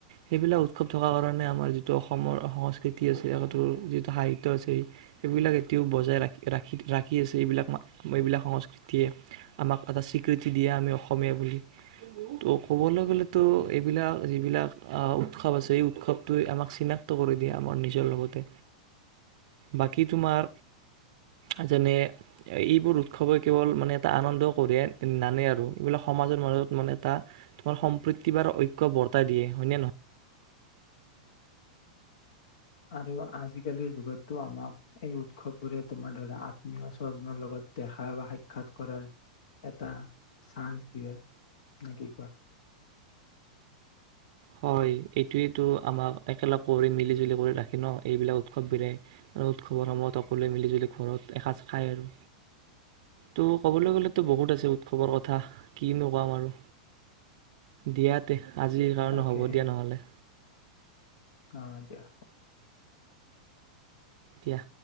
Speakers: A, on the right (about 60°); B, on the left (about 65°).
A: সেইবিলাক উৎসৱ থকাৰ কাৰণে আমাৰ যিটো অসমৰ সংস্কৃতি আছে, সৰ যিটো সাহিত্য আছে, সেইবিলাক এতিয়াও বজাই ৰাখি, ৰাখি, ৰাখি আছে এইবিলাক এইবিলাক সংস্কৃতিয়ে, আমাক এটা স্বীকৃতি দিয়ে, আমি অসমীয়া বুলি ত' ক'বলৈ গ'লেতো এইবিলাক, যিবিলাক আহ, উৎসৱ আছে, এই উৎসৱট আমাক চিনাক্ত কৰি দিয়ে আমাৰ নিজৰ লগতে, বাকী তোমাৰ আজনে এইবোৰ উৎসৱই কেৱল মানে, এটা আনন্দ কঢ়িয়াই নানে আৰু এইবোাক সমাজৰ মাজত মানে, এটা তোমাৰ সম্প্ৰীতি বাৰ ঐক্য বৰ্তাই দিয়ে হয়, নে নহয়?
B: আৰু আজিকালিৰ যুগতটো, আমাক এই উৎসৱবোৰে তোমাৰ ধৰা আত্মীয় স্বজনৰ লগত দেখা, বা সাক্ষাৎ কৰাৰ এটা চান্স দিয়ে নে কি কোৱা?
A: হয়, এইটোৱেটো আমাক একেলগ মিলি, জুলি কৰি ৰাখি ন? এইবিলাক উৎসৱ বিৰে উৎসৱৰ সময়ত সকলোৱে মিলি জুলি ঘৰত এসাঁজ খায়, আৰু ত' কবলৈ গ'লেতো বহুত আছে উৎসৱৰ কথা, কিনো কাম, আৰু দিয়াতে আজি আৰু
B: তাকে
A: নহ'ব দিয়া নহ'লে।
B: অ', দিয়া।
A: দিয়া।